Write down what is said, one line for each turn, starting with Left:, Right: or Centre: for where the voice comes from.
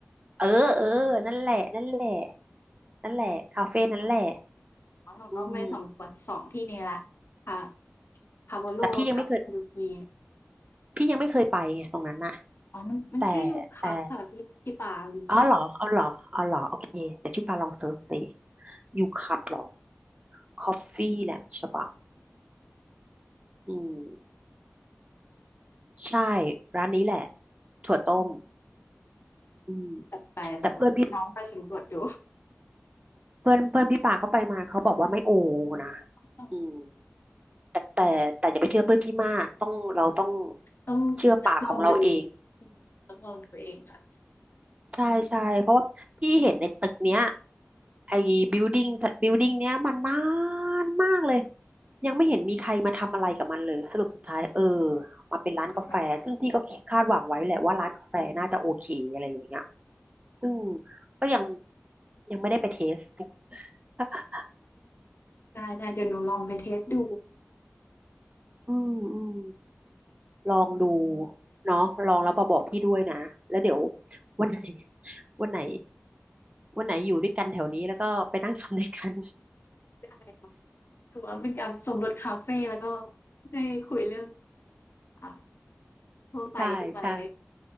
Right: เออเออนั่นแหละนั่นแหละนั่นแหละคาเฟ่นั่นแหละ
Left: อ๋อเราต้องไปสำรวจสองที่นี้แล้วค่ะ
Right: อืม
Left: p a v o l o
Right: แต่พี่ยังไม่เคย
Left: กับ Yuki
Right: พี่ยังไม่เคยไปไงตรงนั้นน่ะ
Left: อ๋อมันมันชื่อ
Right: แต่
Left: Yucap
Right: แต่
Left: ค่ะพี่พี่ปา Yucap
Right: อ๋อเหรอเอาเหรอเอาเหรอโอเคเดี๋ยวพี่ปาลองเซิร์ชสิยูคับหรอคอฟฟี่แหลมฉบังอืมใช่ร้านนี้แหละถั่วต้มอืม
Left: จัดไปลน้องไปสำรวจดู
Right: แต่เพื่อนพี่เพื่อนเพื่อนพี่ปาเขาไปมาเขาบอกว่าไม่โอนะ
Left: เออ
Right: อืม แต่แต่แต่อย่าไปเชื่อเพื่อนที่มากต้องเราต้อง
Left: ต้อง
Right: เชื่อปากของเราเอง
Left: ลองดูอืมต้องลองดูเองค่ะ
Right: ใช่ใช่เพราะว่าพี่เห็นในตึกเนี้ยไอ้บิวดิ้งบิ l ดิ้งเนี้ยมันนานมากเลยยังไม่เห็นมีใครมาทำอะไรกับมันเลยสรุปสุดท้ายเออมาเป็นร้านกาแฟซึ่งพี่ก็คาดหวังไว้แหละว่าร้านกาแฟน่าจะโอเคอะไรอย่างเงี้ย
Left: อันนี้เขา
Right: ซึ่งก็ยังยังไม่ได้ไปเทส <laughs>
Left: ได้ๆเดี๋ยวหนูลองไปเทสดู
Right: อืมอืม ลองดูเนาะลองแล้วมาบอกพี่ด้วยนะแล้วเดี๋ยววันไหนวันไหนวันไหนอยู่ด้วยกันแถวนี้แล้วก็ไปนั่งทำด้วยกัน
Left: ได้ค่ะถือว่าเป็นการสำรวจคาเฟแล้วก็ได้คุยเรื่องอ่า
Right: <laughs>
Left: ทั่วไปด้วย
Right: ใช่ใช่